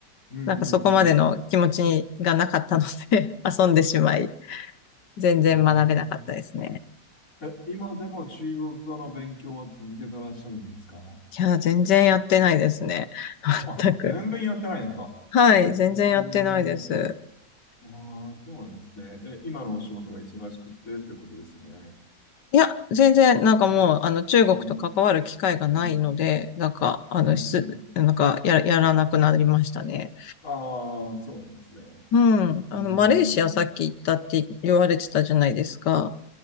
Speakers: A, on the left; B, on the left.
A: うん、
B: なんかそこまでの気持ちがなかったので
A: うん、
B: <laughs> 遊んでしまい、全然学べなかったですね。
A: うん。えーえ、今でも中国語の勉強を続けてらっしゃるんですか
B: いや、全然やってないですね。<laughs>
A: あ、
B: 全く。
A: 全然やってないんですか。
B: はい、全然やってないです。
A: うーん。ああ、そうなんですね。え、今のお仕事が忙しくてってことですよね。
B: いや、全然、なんかもう、あの、中国と関わる機会がないので、
A: うん、うん、
B: なんか、あの、
A: うん、うん。
B: す、なんか、や、やらなくなりましたね。
A: ああ、そうなんですね。
B: うん。あの、
A: うーん。
B: マレーシアさっき行ったって言われてたじゃないですか。